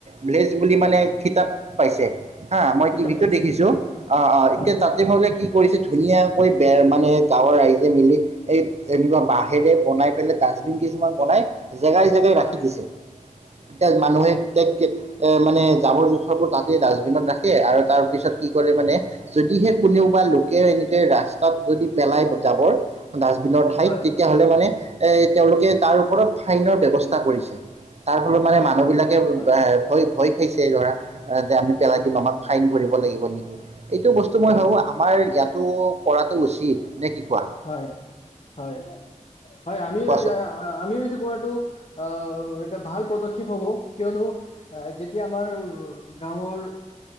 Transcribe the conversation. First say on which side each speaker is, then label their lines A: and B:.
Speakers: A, on the right; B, on the left.
A: ভ্লেজ বুলি মানে খিতাপ পাইছে। হা, মই
B: কিতাপ
A: টিভি'তো
B: পাইছে
A: দেখিছো। অ', অ', এতিয়া
B: হয়
A: তাতে মোলে কি কৰিছে, ধুনীয়াকৈ বেৰ মানে, গাঁৱৰ ৰাইজে মিলি, এই এনেকুৱা বাঁহেৰে বনাই পেলাই তাক ডাষ্টবিন কিছুমান বনাই, জেগাই জেগাই ৰাখি
B: হয়
A: দিছে। তে মানুহে
B: হয়
A: এ মানে, জাবৰ জোথৰবোৰ তাতে ডাষ্টবিনত ৰাখে আৰু তাৰ পিছত কি কৰে মানে, যদিহে কোনেও বা লোক এনেকে ৰাস্তাত যদি পেলাই যাবৰ, ডাষ্টবিনৰ ঠাইত
B: হয়
A: তেতিয়াহলে মানে এ, তেওঁলোকে তাৰ ওপৰত ফাইনৰ ব্যৱস্থা কৰিছে। তাৰ ফলত মানে,
B: হয়
A: মানুহ বিলাকে
B: বহুত ভাল
A: ভ-ভয়, খাইছে ধৰা, যে আমি পেলাই
B: হয়
A: দিম আমাক ফাইন ভৰিব লাগিব নেকি। এইটো বস্তু মই
B: হয়
A: ভাবো আমাৰ ইটো, কৰাটো উচিত, নে' কি কোৱা?।
B: হয় হয় হয়, আমিও-আমিও
A: কোৱাচোন
B: এইটো কৰাটো, অ', এটা ভাল পদক্ষেপ হ'ব। কিয়নো, যেতিয়া আমাৰ গাঁৱৰ,